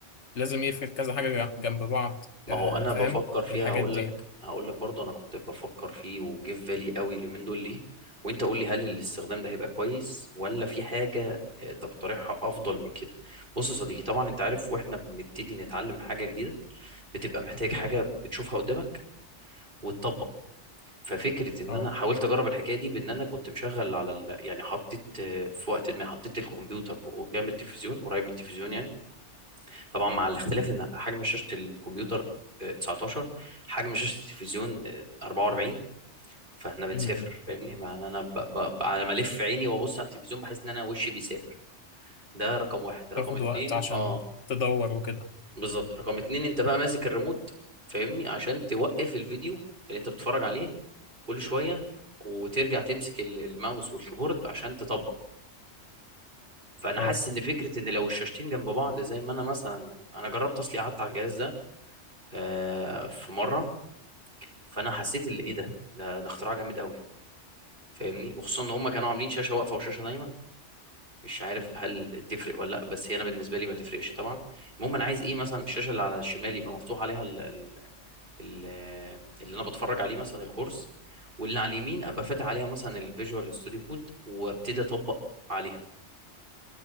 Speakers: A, on the left; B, on the right.
A: لازم يفرد كذا حاجة جنب بعض
B: ما
A: آه،
B: هو انا
A: فاهم
B: بفكر فيها
A: الحاجات
B: هقول
A: دي
B: لك
A: يعني
B: هقول لك برضه انا كنت بفكر فيه وجه في بالي قوي اليومين دول ليه وانت قول لي هل الاستخدام ده هيبقى كويس ولا في حاجة آه، تقترحها افضل من كده بص يا صديقي طبعا انت عارف واحنا بنبتدي نتعلم حاجة جديدة بتبقى محتاج حاجة بتشوفها قدامك وتطبق ففكره ان
A: اه
B: انا حاولت اجرب الحكايه دي بان انا كنت مشغل على ال... يعني حطيت آه، في وقت ما حطيت الكمبيوتر جنب التلفزيون قريب من التلفزيون يعني طبعا مع الاختلاف ان حجم شاشه الكمبيوتر آه، 19 حجم شاشه التلفزيون آه، 44 فاحنا بنسافر
A: م- م.
B: فاهمني مع ان انا ب... ب... ب- على ما الف عيني وابص على التلفزيون بحس ان انا وشي بيسافر ده رقم واحد رقم
A: تاخد
B: اتنين
A: وقت عشان
B: اه
A: تدور وكده
B: بالظبط رقم اتنين انت بقى ماسك الريموت فاهمني عشان توقف الفيديو اللي انت بتتفرج عليه كل شوية وترجع تمسك ال- الماوس والكيبورد عشان تطبق فانا
A: اه
B: حاسس ان فكرة ان لو الشاشتين جنب بعض زي ما انا مثلا انا جربت اصلي قعدت على الجهاز ده آه، في مرة فانا حسيت اللي ايه ده ده ده اختراع جامد قوي فاهمني وخصوصا ان هم كانوا عاملين شاشة واقفة وشاشة نايمة مش عارف هل تفرق ولا لا بس هي انا بالنسبة لي ما تفرقش طبعا المهم انا عايز ايه مثلا الشاشة اللي على الشمال يبقى مفتوح عليها ال- اللي انا بتفرج عليه مثلا الكورس واللي على اليمين ابقى فاتح عليها مثلا الفيجوال ستوديو كود وابتدي اطبق عليها